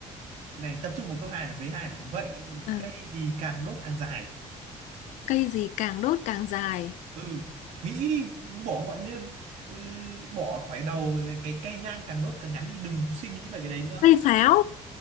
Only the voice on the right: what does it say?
này tập trung vào câu hai này vế hai này vậy
cây gì càng đốt càng dài
ừ nghĩ đi bỏ gọi như ừ, bỏ khỏi đầu là cái cây nhang càng đốt càng ngắn đi đừng suy nghĩ về cái đấy nữa